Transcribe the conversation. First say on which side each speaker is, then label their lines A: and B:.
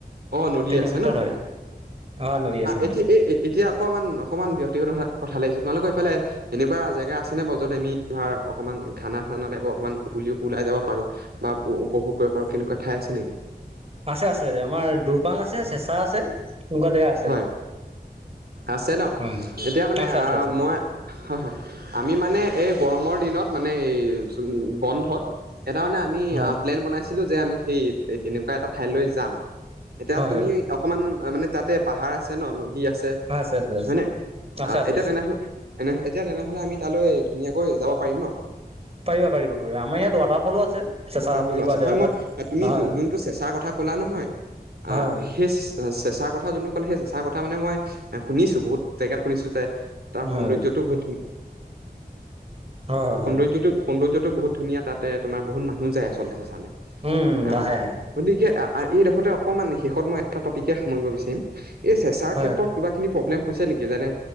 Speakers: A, on the right (about 75°); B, on the right (about 40°).
A: অ', নদী
B: তেনে
A: আছে
B: ক্ষেত্ৰত
A: ন'
B: হয় অ নদী আছে মানে
A: এতিয়া এ এতিয়া অকমান অকমান ব্য কথা লাগিছো তোমালোকৰ এইফালে এনেকুৱা জেগা আছেনে বাৰু য'ত আমি ধৰা অকণমান খানা চানা টাইপ অকণমান উ, ওলাই যাব পাৰো বা উপভোগ কৰিব পাৰো কেনেকুৱা ঠাই আছে নেকি
B: আছে আছে আমাৰ দুৰপাং আছে চেঁচা আছে। <unintelligible> জেগা আছে।
A: হয় আছে ন,
B: হয়
A: এতিয়া মানে,
B: হয় আছে আছে
A: আহ,
B: আছে
A: মই হয়, হয়, আমি মানে এই গৰমৰ দিনত, মানে এই জু বন্ধত এটা মানে আমি
B: হয়
A: প্লেন বনাইছিলো যে আমি সেই তেনেকুৱা এটা ঠাইলৈ যাম, এতিয়া
B: হয়
A: তুমি অকণমান মানে তাত তে পাহাৰ আছে নদী আছ ছে,
B: হয় আছে আছে আছে
A: হয়নে?
B: আছে
A: আহ,
B: আছে
A: এতিয়া
B: আছে
A: তেনেহলে তেনেহ এতিয়া তেনেহলে আমি তালৈ ধুনীয়াকৈ যাব পাৰিম ন?
B: পাৰিবা, পাৰিবা, পাৰিবা, আমাৰ ইয়াত ৱাটাৰফলো আছে। চেঁচা
A: ৱাটাৰফল
B: বুলি কোৱা
A: আছে
B: জেগা
A: হয়,
B: এটাত
A: মই তুমি
B: হয়
A: যোনটো চেঁচাৰ কথা ক'লা নহয় আ,
B: হয়
A: সেই চেঁচাৰ কথা যোনটো ক'লে সেই চেঁচাৰ কথা মানে মই শুনিছো বহুত জেগাত শুনিছো তাই তাৰ
B: হয়
A: সৌন্দৰ্যটো বহুত ধুনীয়া
B: হয় হয় হয়
A: সৌন্দৰ্যটো সৌন্দৰ্য ত' বহুত ধুনীয়া তাতে তোমাৰ বহুত মানুহ যায় আচলতে চেঁচালে।
B: উম
A: অ',
B: আহে আহে
A: গতিকে এইডখতক অকণমান শেষত মই এটা টপিকে সামৰিব বিচিম এই চেঁচাৰ
B: হয়
A: ক্ষেত্ৰত কিবাখিনি প্ৰব্লেম হৈছে নেকি, যেনে